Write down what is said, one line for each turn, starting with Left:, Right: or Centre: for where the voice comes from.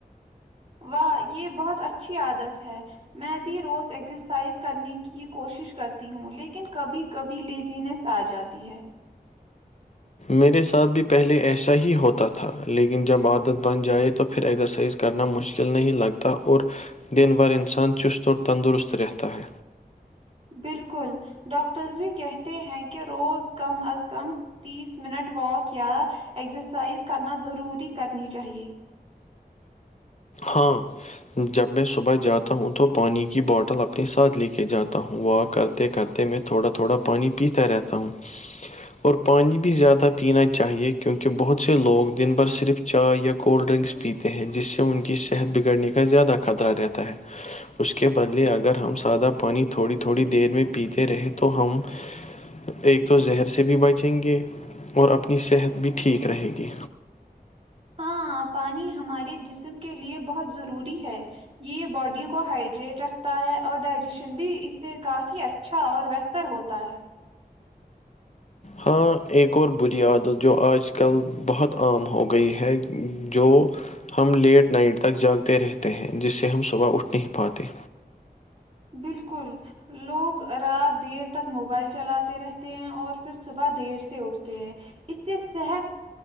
Right: واہ یہ بہت اچھی عادت ہے میں بھی روز ایکسرسائز کرنے کی کوشش کرتی ہوں لیکن کبھی کبھی لیزنیس آ جاتی ہے <unintelligible>
Left: میرے ساتھ بھی پہلے ایسا ہی ہوتا تھا لیکن جب عادت بن جائے تو پھر ایزرسائز کرنا مشکل نہیں لگتا اور دن بھر انسان چست اور تندرست رہتا ہے
Right: بالکل ڈاکٹرز بھی کہتے ہیں کہ روز کم از کم تیس منٹ واک یا ایکسرسائز کرنا ضروری کرنی چاہیے
Left: ہاں <unintelligible> جب میں صبح جاتا ہوں تو پانی کی بوٹل اپنے ساتھ لے کے جاتا ہوں و کرتے کرتے تو میں تھوڑا تھوڑا پانی پیتا رہتا ہوں اور پانی بھی زیادہ پینا چاہیے کیونکہ بہت سے لوگ دن بھر صرف چائے یا کولڈ ڈرنکس پیتے ہیں جس سے ان کی صحت بگڑنے کا زیادہ خطرہ رہتا ہے اس کے بدلے اگر ہم سادہ پانی تھوڑی تھوڑی دیر میں پیتے رہے تو ہم ایک تو زہر سے بھی بچیں گے اور اپنی صحت بھی ٹھیک رہے گی
Right: ہاں پانی ہمارے جسم کے لیے بہت ضروری ہے یہ باڈی کو ہائڈریٹ رکھتا ہے اور ڈائجیشن بھی اس سے کافی اچھا اچھا اور بہتر ہوتا ہے
Left: ہاں ایک اور بری عادت جو آج کل بہت عام ہو گئی ہے جو ہم لیٹ نائٹ تک جاگتے رہتے ہیں جس سے ہم صبح اٹھ نہیں پاتے
Right: بالکل لوگ رات دیر تک موبائل چلاتے رہتے ہیں اور پھر صبح دیر سے اٹھتے ہیں اس سے صحت